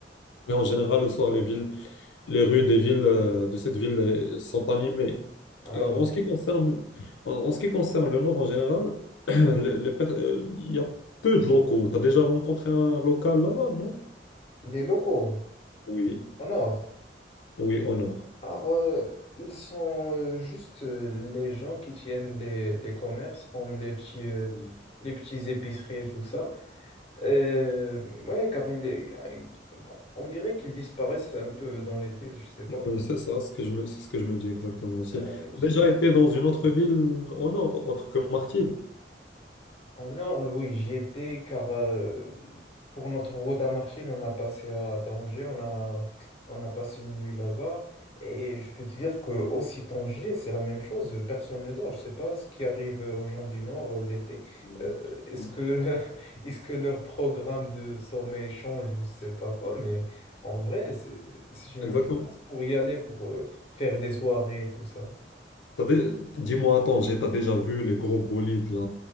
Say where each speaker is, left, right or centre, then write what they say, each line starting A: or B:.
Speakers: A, on the left (about 85°); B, on the left (about 35°).
A: Oui, en général, le soir, les villes, les rues des villes euh, de cette ville euh, sont animées.
B: Ah,
A: Euh, en ce qui concerne, en, en ce qui concerne le Nord en général, <clears throat> les- les per- euh, il y a peu de locaux. Tu as déjà rencontré un local là-bas, non?
B: les locaux,
A: Oui.
B: en or.
A: Oui, au Nord.
B: Alors, euh, ils sont euh, juste euh, les gens qui tiennent les, les commerces, comme les petits, euh,
A: Mm.
B: les petits épiceries et tout ça. Euh, ouais, car il est- il- on dirait qu'ils disparaissent un peu dans l'été, je sais pas.
A: Oui, c'est ça, ce que je me, c'est ce que je me dis exactement aussi.
B: Euh,
A: Tu
B: je
A: as déjà
B: sais pas.
A: été dans une autre ville au Nord, autre que Martil?
B: En Nord, oui, j'y étais car euh, pour notre route à Marchil, on a passé à Tanger, on a, on a passé une nuit là-bas. Et je peux te dire que aussi Tanger, c'est la même chose, personne ne dort. Je sais pas ce qui arrive aux gens du Nord euh, l'été.
A: Mm.
B: Euh, est-ce
A: Oui.
B: que, <laughs> est-ce que leur programme de sommeil change ou je sais pas quoi, mais en vrai, c'est c'est une
A: Exactement.
B: belle place pour y aller, pour euh, faire des soirées et tout ça.
A: T'as dé- Dis-moi, attends, j'ai- t'as déjà vu les gros bolides, là,